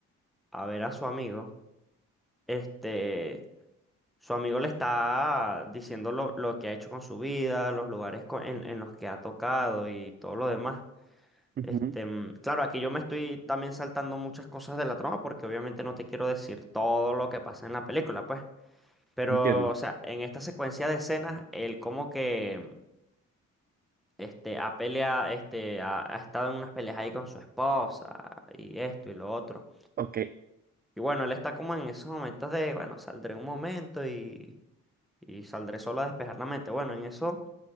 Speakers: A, in the centre; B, on the right (about 30°).
A: a ver a su amigo, este, su amigo le está diciendo lo, lo que ha hecho con su vida, los lugares co- en, en los que ha tocado y todo lo demás.
B: Ujú.
A: Este, mm, claro, aquí yo me estoy también saltando muchas cosas de la trama porque obviamente no te quiero decir todo lo que pasa en la película, pues. Pero,
B: Entiendo.
A: o sea, en esta secuencia de escenas, él como que mm, este, ha peleado, este, ha, ha estado en unas peleas ahí con su esposa y esto y lo otro.
B: Ok.
A: Y bueno, él está como en esos momentos de, bueno, saldré un momento y, y saldré solo a despejar la mente. Bueno, en eso,